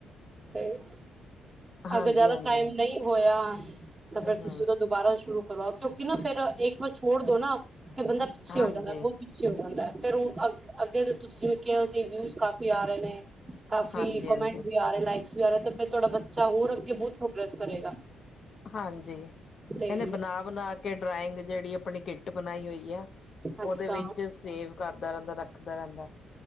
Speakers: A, on the right; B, on the left.
A: ਤੇ
B: ਹਾਂਜੀ
A: ਅਗਰ ਜ਼ਿਆਦਾ
B: ਹਾਂਜੀ
A: ਟਾਈਮ ਨਹੀਂ ਹੋਇਆ, ਤਾਂ ਫੇਰ
B: ਹਮ
A: ਤੁਸੀਂ
B: ਹਮ
A: ਓਦਾ ਦੁਬਾਰਾ ਸ਼ੁਰੂ ਕਰਵਾਓ, ਕਿਉਂਕਿ ਨਾ ਫਿਰ ਇੱਕ ਵਾਰ ਛੋੜਦੋ ਨਾ, ਫੇਰ ਬੰਦਾ ਪਿੱਛੇ
B: ਹਾਂਜੀ
A: ਹੋ ਜਾਂਦਾ ਪਿੱਛੇ ਹੋ ਜਾਂਦਾ, ਫੇਰ ਓ ਅੱਗੇ ਦੇ ਤੁਸੀਂ ਜਿਵੇਂ ਕਿਹਾ ਵਿਊਜ ਕਾਫੀ ਆ ਰਹੇ ਨੇ ਕਾਫੀ
B: ਹਾਂਜੀ
A: ਕਮੈਂਟ
B: ਹਾਂਜੀ
A: ਵੀ ਆ ਰਹੇ, ਲਾਈਕਸ ਵੀ ਆ ਰਹੇ, ਤੇ ਫਿਰ ਥੋਡਾ ਬੱ ਚਾ, ਹੋਰ ਅੱਗੇ ਬਹੁਤ ਪ੍ਰੋਗਰਸ ਕਰੇਗਾ।
B: ਹਾਂਜੀ,
A: ਤੇ
B: ਇਹਨੇ ਬਨਾ-ਬਨਾਕੇ ਡਰਾਇੰਗ ਜਿਹੜੀ ਅਪਣੀ ਕਿੱਟ ਬਣਾਈ ਹੋਈ ਆ, ਉਹਦੇ
A: ਅੱਛਾ
B: ਵਿੱਚ ਸੇਵ ਕਰਦਾ ਰਹਿੰਦਾ, ਰੱਖਦਾ ਰਹਿੰਦਾ।